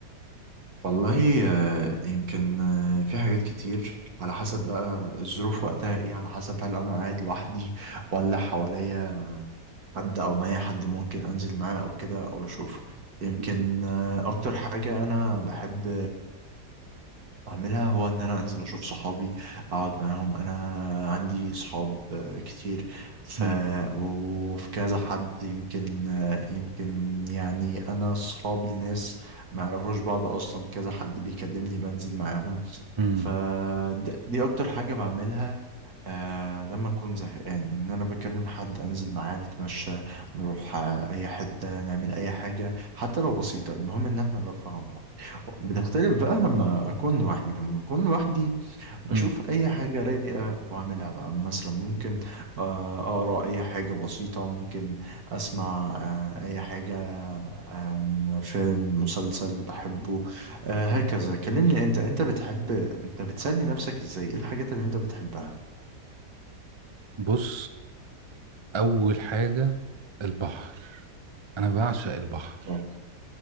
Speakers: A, on the right; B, on the right.
A: والله آه، يمكن آه، في حاجات كتير على حسب بقى الظروف وقتها ايه على حسب هل انا قاعد لوحدي ولا حواليا حد او معايا حد ممكن انزل معاه او كده او اشوفه يمكن
B: مم.
A: آه، اكتر حاجة انا بحب اعملها هو ان انا انزل اشوف صحابي اقعد معاهم انا عندي صحاب آه، كتير ف
B: مم.
A: وفي كذا حد يمكن آه، يمكن يعني انا صحاب لناس ما يعرفوش بعض اصلا كذا حد بيكلمني بنزل معاهم
B: مم.
A: فدي اكتر حاجة بعملها آه لما اكون زهقان ان انا بكلم حد انزل معاه نتمشى نروح آه، اي حتة نعمل اي حاجة حتى لو بسيطة المهم ان احنا نرفه عن بعض بتختلف بقى لما اكون لوحدي لما اكون لوحدي بشوف
B: مم.
A: اي حاجه رايقه واعملها بقى مثلا ممكن آه، اقرا اي حاجه بسيطه ممكن اسمع آه، اي حاجه آم، فيلم مسلسل بحبه آه، هكذا
B: مم.
A: كلمني انت انت بتحب انت بتسلي نفسك ازاي ايه الحاجات اللي انت بتحبها
B: بص اول حاجة البحر انا بعشق البحر
A: آه.